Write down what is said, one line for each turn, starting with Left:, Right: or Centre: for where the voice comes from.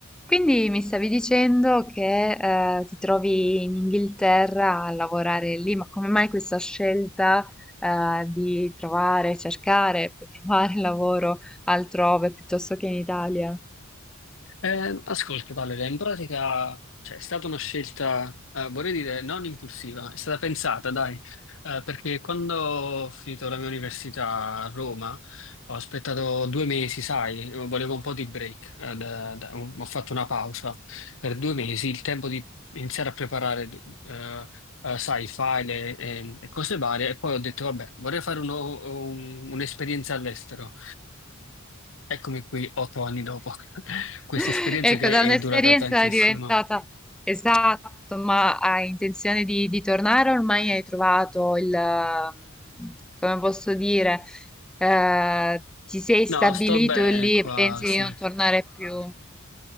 Centre: Quindi mi stavi dicendo che eh, ti trovi in Inghilterra a lavorare lì, ma come mai questa scelta eh, di trovare, cercare, poi <laughs> trovare lavoro altrove piuttosto che in Italia?
Left: Eh, ascolta, Valeria, in pratica, cioè, è stata una scelta, eh, vorrei dire, non impulsiva, è stata pensata, dai, Eh, perché quando ho finito la mia università a Roma, ho aspettato due mesi, sai, volevo un po' di break, eh, da- da- un- ho fatto una pausa per due mesi, il tempo di iniziare a preparare, eh, eh, sai, file e, e cose varie, e poi ho detto, vabbè, vorrei fare uno- un- un'esperienza all'estero, Eccomi qui otto anni dopo <laughs> questa
Centre: <laughs>
Left: esperienza
Centre: Ecco,
Left: che
Centre: da
Left: è
Centre: un'esperienza
Left: durata tantissimo.
Centre: è diventata esatto, ma hai intenzione di, di tornare? Ormai hai trovato il, ehm, come posso dire, eh, ti sei
Left: No,
Centre: stabilito
Left: sto bene
Centre: lì
Left: qua,
Centre: e pensi
Left: sì.
Centre: di non tornare più?